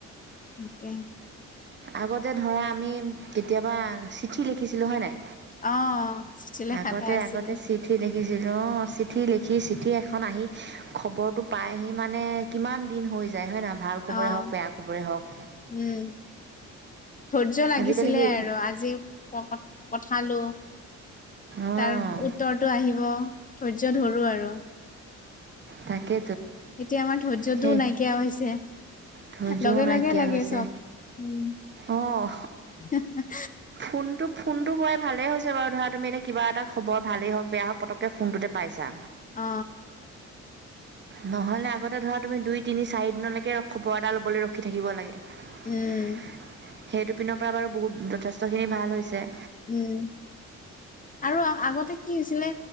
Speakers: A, on the left; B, on the right.
A: তাকে।
B: আগতে ধৰা আমি কেতিয়াবা চিঠি লিখিছিলো হয় নাই?
A: অ'। চিঠি লেখা
B: আগতে-
A: এটা আছিল
B: আগতে চিঠি লিখিছিলোঁ। অ, চিঠি লিখি, চিঠি এখন আহি খবৰটো পাইহি মানে কিমান দিন হৈ যায় হয় নাই? ভাল খবৰে
A: অ
B: হওঁক বেয়া খবৰে হওঁক
A: উম, ধৈৰ্য্য লাগিছিলে
B: আজিকালি সেই
A: আৰু আজি <unintelligible> পঠালো।
B: অঁ
A: তাৰ উত্তৰটো আহিব, ধৈৰ্য্য ধৰো আৰু
B: তাকে
A: এতিয়া আমাৰ ধৈৰ্য্যটোও
B: সেই
A: নাইকিয়া হৈছে।
B: ধৈৰ্যও
A: লগে
B: নাইকিয়া
A: লগে লাগে
B: হৈছে
A: চব উম,
B: অঁ
A: হে হা
B: ফোনটো ফোনটো হোৱাই ভালেই হৈছে বাৰু ধৰা তুমি এতিয়া কিবা এটা খবৰ ভালেই হওঁক, বেয়া হওঁক পতককে ফোনটোতে পাইছা
A: অ।
B: নহলে আগতে ধৰা তুমি দুই, তিনি, চাৰি দিনলৈকে খবৰ এটা ল'বলৈ ৰখি থাকিব লাগে। সেইতোপিনৰ
A: উম,
B: পৰা বাৰু বহুত যথেষ্টখিনি ভাল হৈছে।
A: উম, আৰু আগতে কি হৈছিলে?